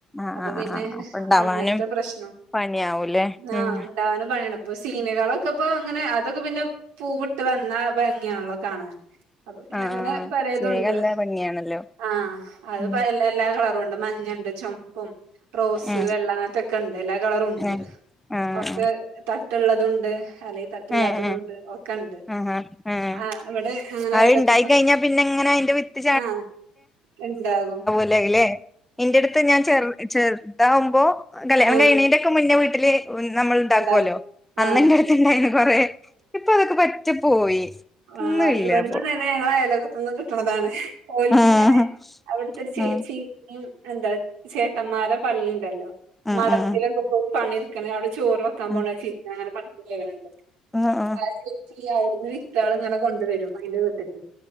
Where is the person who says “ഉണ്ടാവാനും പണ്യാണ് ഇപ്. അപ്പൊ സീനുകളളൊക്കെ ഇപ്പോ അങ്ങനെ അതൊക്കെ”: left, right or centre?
Right